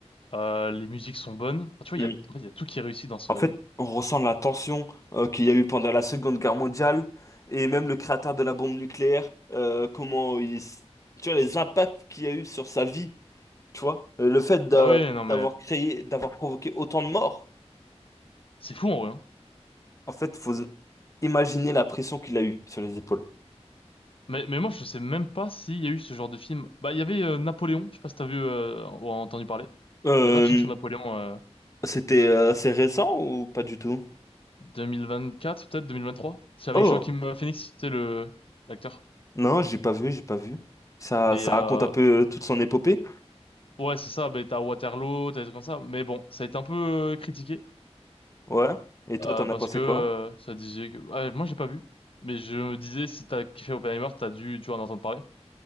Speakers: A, on the left; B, on the left.
A: euh, les musiques sont bonnes. Enfin, tu vois,
B: Mm.
A: il y a, en fait, il y a tout qui est réussi dans ce...
B: En fait, on ressent la tension euh, qu'il y a eu pendant la Seconde Guerre mondiale et même le créateur de la bombe nucléaire, euh, comment il... s- Tu vois, les impacts qu'il y a eu sur sa vie, tu vois. Euh, le fait d'a-
A: Bah ouais, non mais...
B: d'avoir créé, d'avoir provoqué autant de morts.
A: C'est fou en vrai. hein.
B: En fait, faut imaginer la pression qu'il a eue sur les épaules.
A: Mais, mais moi, je sais même pas s'il y a eu ce genre de film. Bah, il y avait euh, Napoléon, je sais pas si t'as vu euh, ou entendu parler.
B: Euh,
A: Il y avait un film sur Napoléon euh,
B: c'était euh, assez récent ou pas du tout?
A: 2024, peut-être 2023. C'est avec
B: Oh,
A: Joaquin Phoenix, c'est le l'acteur.
B: non, j'ai pas vu, j'ai pas vu. Ça,
A: Et
B: ça
A: euh,
B: raconte un peu euh, toute son épopée.
A: Ouais, c'est ça, ben, t'as Waterloo, t'as des trucs comme ça. Mais bon, ça a été un peu euh, critiqué
B: Ouais. Et toi,
A: euh,
B: t'en
A: parce
B: as pensé
A: que euh,
B: quoi?
A: ça disait que... ouais, moi, j'ai pas vu. Mais je me disais, si t'as kiffé Oppenheimer, t'as dû, tu en entendre parler.